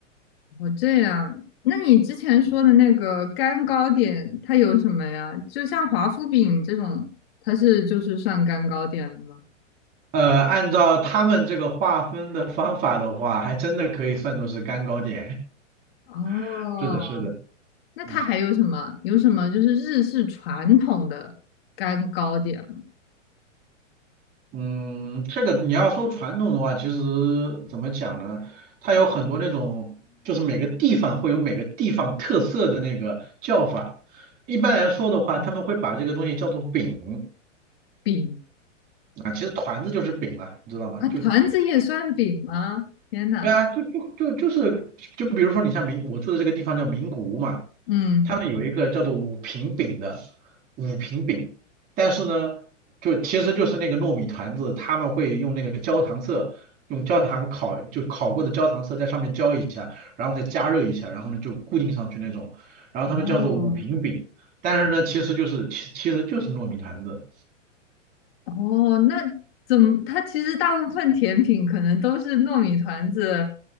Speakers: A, on the left (about 50°); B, on the right (about 20°).
A: 哦，这样。那你之前说的那个干糕点，它有什么呀？就像华夫饼这种，它是就是算干糕点了吗？
B: 呃，按照他们这个划分的方法的话，还真的可以算作是干糕点。
A: 哦，
B: <laughs> 是的，是的，
A: 那它还有什么？
B: 嗯。
A: 有什么就是日式传统的干糕点吗？
B: 嗯，这个你要说传统的话，其实怎么讲呢？它有很多那种，就是每个地方会有每个地方特色的那个叫法。一般来说的话，
A: 嗯，
B: 他们会把这个东西叫做饼
A: 饼
B: 啊，其实团子就是饼了，你知道吗？
A: 啊，团子也算饼吗？
B: 就
A: 天呐，
B: 对啊，就就就就是就比如说你像名，我住的这个地方叫名古屋嘛，
A: 嗯，
B: 他们有一个叫做五平饼的五平饼，但是呢，就其实就是那个糯米团子，他们会用那个焦糖色，用焦糖烤，就烤过的焦糖色在上面浇一下，然后再加热一下，然后呢就固定上去那种，然后他们叫做五平饼，
A: 哦，
B: 但是呢其实就是其其实就是糯米团子。
A: 哦，那怎么？它其实大部分甜品可能都是糯米团子